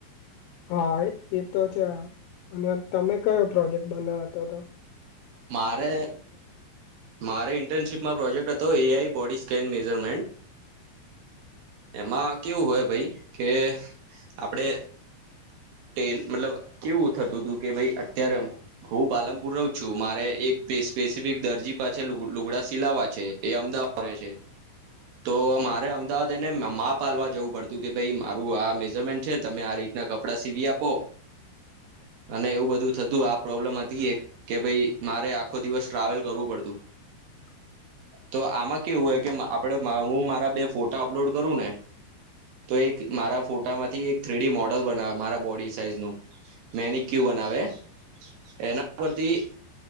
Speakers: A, on the left; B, on the right.
A: હા એત-એતો છે અને તમે કયો પ્રોજેક્ટ બના તો-તો
B: મારે મારે ઇન્ટર્નશીપમા પ્રોજેક્ટ હતો એ આઈ બોડીસ કેનમેજરમેન્ટ એમાં કેવું હોય ભઈ કે આપડે તે મતલબ કેવું થતું-તું કે ભઈ અત્યારે હું પાલનપુર રહું છું મારે એ તે સ્પેસિફિક દરજી પાછળ લુગ-લુગડા સિલાવા છે એ અમદાવાદ રેય છે. તો મારે અમદાવાદ તેને ન માપ આલવા જવું પડતું કે ભઈ મારું આ મેજરમેન્ટ છે તમે આ રીતના કપડાં સીવી આપો.
A: <inaudible>
B: અને એવું બધું થતું આ પ્રોબ્લેમ હતી એક કે ભઈ મારે આખો દિવસ ટ્રાવેલ કરવું પડતું.
A: <inaudible>
B: તો આમાં કેવું હોય કે મ-આપડે-મ-હું મારા બે ફોટા અપલોડ કરું ને તો એક મારા ફોટામાંથી એક થ્રીડી મોડલ બનાવે મારા બોડી સાઈઝ નું. મેનીક્યુ બનાવે. એના પરથી